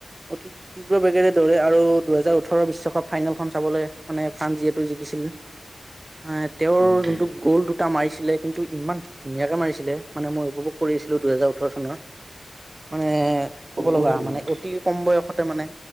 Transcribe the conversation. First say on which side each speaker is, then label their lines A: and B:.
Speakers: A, on the right (about 25°); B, on the right (about 50°).
A: অতি তীব্ৰ বেগেৰে দৰে আৰু দুহেজাৰ ওঠৰৰ বিশ্বকাপ ফাইনেলখন চাবলৈ মানে ফ্ৰান্স যিহেতু জিকিছিল। এ তেওঁৰ
B: হয় হয়
A: যোনটো গ'ল দুটা মাৰিছিল। কিন্তু ইমান ধুনীয়াকে মাৰিছিলে। মই উপভোগ কৰিছিলো দুহেজাৰ ওঠৰ চনৰ মানে। ক'ব
B: ওঠৰ
A: লগা
B: চনত
A: মানে অতি কম বয়সতে মানে।